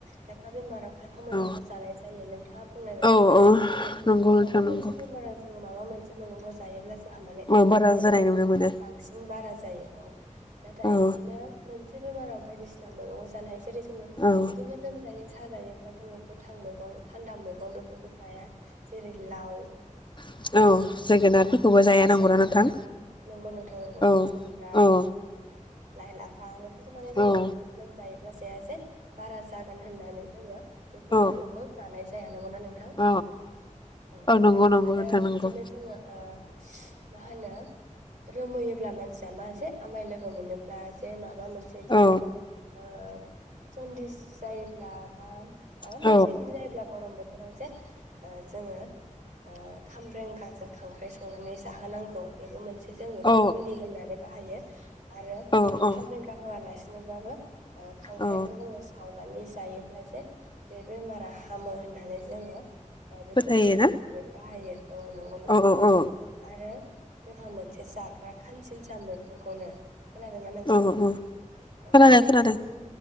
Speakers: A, on the right; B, on the left.
A: खायफा बेमाराव खायफा मैगंखौ
B: औ
A: जानाय जायो नोंथाङा बुंनाय बायदिनो
B: औ औ
A: जे
B: नंगौ नोंथां
A: माबा
B: नंगौ
A: मोनसे बेमाराव जों माबा मोनसे मैगंखौ जायोब्ला जोंहा माने एफेक्ट
B: औ बारा
A: जायोबा
B: जानाय नुनो मोनो
A: बांसिन बारा जायो औ। नाथाय
B: औ
A: इदिनो मोनसे बेमाराव बायदिसिना मैगं जानाय जेरै जोंङो
B: औ
A: बिदिनो लोमजायो साजायो। अब्ला जोंङो गोथां मैगं थान्दा मैगं बेफोरखौ जाया जेरै लाव
B: औ
A: ओ
B: जोगोनारफोरखौबो
A: बिदिनो
B: जाया नंगौना
A: जोगोनार
B: नोंथां
A: नंगौ नोथां नंगौ
B: औ
A: खुमब्रा
B: औ
A: लाइ लाफा फोरखौ माने जोंङो
B: औ
A: लोमजायो जाया जे बारा जागोन होननानै जोंङो बेफोर
B: औ
A: मैगंखौ जानाय जाया। नंगौ ना नोंथां?
B: अ
A: औ
B: नंगौ नंगौ
A: आरो
B: नोंथां नंगौ
A: बिदिनो जोंङो ओ मा होनो रोमैयोब्ला मानसिया मा जे आमाय लोगो मोनोब्ला जे माबा मोनसे बिदिनो
B: औ
A: ओ जन्दिस जायोब्ला बा माबा
B: औ
A: मोनसे बिदिनो जायोब्ला गरम बोथोराव जे ओ जोङो ओ खामब्रेंगाजों खांख्राइ संनानै जाहोनांगौ बेबो मोनसे जों बेखौ
B: औ
A: मुलि होननानै बाहायो। आरो
B: औ औ
A: खामरेंगा होआलासिनोबाबो ओ खांख्राइखौ
B: औ
A: जोङो सावनानै जायोब्ला जे बे बेमारा हामो होननानै जोङो ओ बेखौ
B: फोथायो
A: मुलि
B: ना
A: हिसाबै बाहायो औ नंगौ नोंथां
B: औ औ औ
A: आरो जोंहा मोन एसे जाग्रा खानसिनसा मैग गंखौनो खोनादोंना नोंथां
B: औ औ
A: औ
B: खोनादों
A: बे
B: खोनादों
A: खानसिन